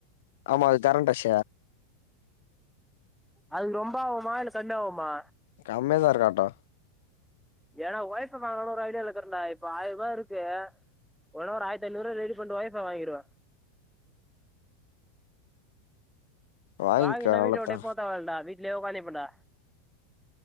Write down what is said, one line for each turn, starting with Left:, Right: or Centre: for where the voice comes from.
Left: ஆமா அது கரண்டஷ
Centre: அது ரொம்ப ஆவுமா இல்ல கம்மியா ஆவுமா
Left: கம்மியா தா இருக்கு ஆட்டோ
Centre: ஏனா ஒய்ஃபை வாங்கனுனு ஒரு ஐடியால இருக்கறேன்டா இப்ப ஆய்யர் ரூபா இருக்கு ஒடொ ஒரு ஆயிர்த்தி ஐநூறு ரெடி பண்டு ஒய்ஃபை வாங்கிடுவே
Left: வாங்கிக்க
Centre: வாங்கினா
Left: அவ்வளவுதான்
Centre: வீட்ட விட்டே போத்தேவல்டா வீட்லே உக்காந்திப்பேன்டா